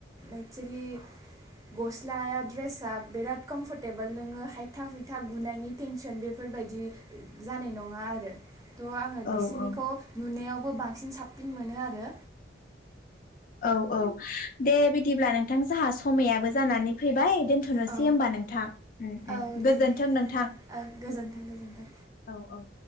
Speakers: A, on the right; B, on the left.
A: एक्सवलि गस्लाया ड्रेस फसा बिराद कमफरटेबोल नोंङो हायथा हुइथा गुनायनि टेनसन बेफोरबायदि जानाय नङा आरो ह आङो
B: ओं
A: बिसिनिखौ
B: औ
A: नुनायाव खौबो बांसिन साबसिन मोनो आरो
B: औ औ दे बिदिब्ला नों नोंथां जोंहा समाययाबो जानानै फैबाय दोनथनोसै
A: औ
B: होमबा नोंथां ओम
A: औ
B: ओम गोजोनथों
A: दे
B: नोंथां
A: ओ गोजोन्थों गोजोन्थों
B: औ औ